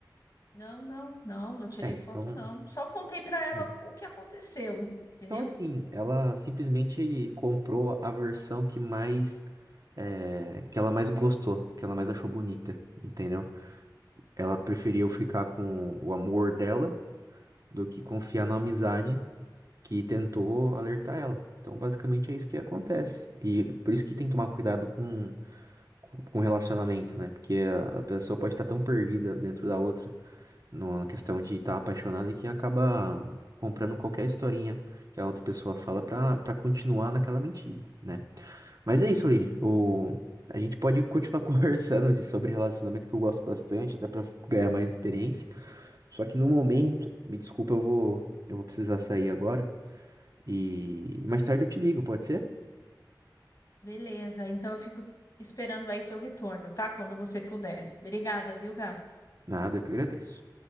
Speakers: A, on the left; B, on the right.
A: Não, não, não, não tirei
B: É, então.
A: foto não. Só contei para ela
B: é.
A: o, o que aconteceu, entendeu?
B: Então, assim, ela simplesmente comprou a versão que mais. eh, que ela mais gostou, que ela mais achou bonita, entendeu? Ela preferiu ficar com o amor dela do que confiar na amizade que tentou alertar ela. Então, basicamente é isso que acontece. E por isso que tem que tomar cuidado com com com relacionamento, né? Porque a a pessoa pode estar tão perdida dentro da outra, na questão de estar apaixonada, que acaba comprando qualquer historinha que a outra pessoa fala pra, pra continuar naquela mentira, né? Mas é isso, Aline. O... A gente pode continuar <laughs> conversando de, sobre relacionamento, que eu gosto bastante, até pra ganhar mais experiência. Só que no momento, me desculpa, eu vou, eu vou precisar sair agora. E mais tarde eu te ligo, pode ser?
A: Beleza, então eu fico esperando aí teu retorno, tá? Quando você puder. Obrigada, viu, Gá?
B: Nada, eu que agradeço.